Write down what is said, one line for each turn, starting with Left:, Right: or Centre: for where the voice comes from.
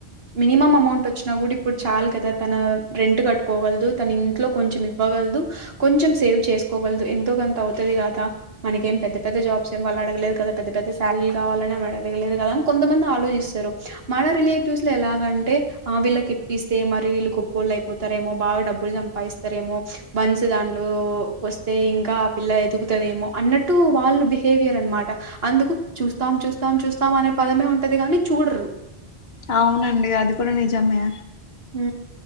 Right: మినిమం అమౌంట్ వచ్చినా కూడా ఇప్పుడు చాలు కదా తన రెంట్ కట్టుకోగలదు తన ఇంట్లో కొంచెం ఇవ్వగలదు కొంచెం సేవ్ చేసుకోగలదు ఎంతో కొంత అవుతుది కదా మనక ఏం పెద్ద పెద్ద జాబ్స్ ఏంళ్ళు అడగలేదు కదా పెద్ద పెద్ద ాలలు కావాలని మనగలేదు కదా అని కొంతమంది ఆలోచిస్తారు మన రిలేటివ్స్ లో ఎలాగంటే ఆ వీళ్ళకిప్పిస్తే మరి వీళ్ళు గొప్పోళ్ళు అయిపోతారేమో బాగా డబ్బులు సంపాదిస్తారేమో మంచిదాంలోకి వస్తే ఇంకా ఆ పిల్ల ఎదుగుతదేమో అన్నట్టు వాళ్ళు బిహేవియర్ అనమాట అందుకు చూస్తాం చూస్తాం చూస్తాం అనే పదమే ఉంటది కాగాని చూడరు
Left: అవునండి అది కూడా నిజమే
Right: హ